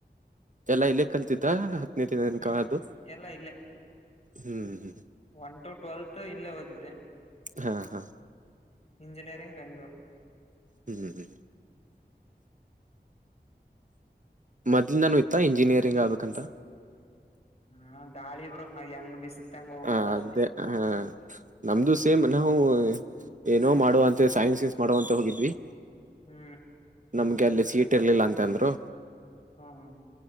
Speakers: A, on the right (about 45°); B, on the left (about 40°).
A: ಲ್ಲ ಇಲ್ಲೇ ಕಲ್ತಿದ್ದ ಹತ್ತನೇ ತನಕ
B: ಹ್ಮ್
A: ಅದು
B: ಎಲ್ಲಾ ಇಲ್ಲೇ
A: ಹ್ಮ್ ಹ್ಮ್
B: ಒನ್ ಟು ಟ್ವೆಲ್ತ್ ಇಲ್ಲೇ ಓದಿದ್ದೆ
A: ಹಾ ಹಾ
B: ಇಂಜಿನಿಯರಿಂಗ್ ಬೆಂಗ್ಳೂರು
A: ಹ್ಮ್ ಹ್ಮ್ ಹ್ಮ್ ಹ್ಮ ಮೊದ್ಲ್ ನಾನು ಇತ್ತ ಇಂಜಿನಿಯರಿಂಗ್ ಆಗ್ಬೇಕಂತ
B: ಹ ಗಾಳಿ ಬ್ರ ಹ ಹೆಂಗ್ ಬಿಸುತ್ತ ಹೆಂಗ್ ಹೋಗ್ಬಿಡದ
A: ಹ ಅದೇ
B: ಅಷ್ಟೇ
A: ಹ ನಮ್ದು ಸೇಮ್ ನ ಹ ಏನೋ ಮಾಡುವ ಅಂತೆ ಸೈನ್ಸಸ್ ಮಾಡುವ ಅಂತ ಹೋಗಿದ್ವಿ
B: ಹ್ಮ್
A: ನಮ್ಗೆ ಅಲ್ಲಿ ಸೀಟ್ ಇರ್ಲಿಲ್ಲ ಅಂತಂದ್ರು
B: ಹ್ಮ್ ಹ್ಮ್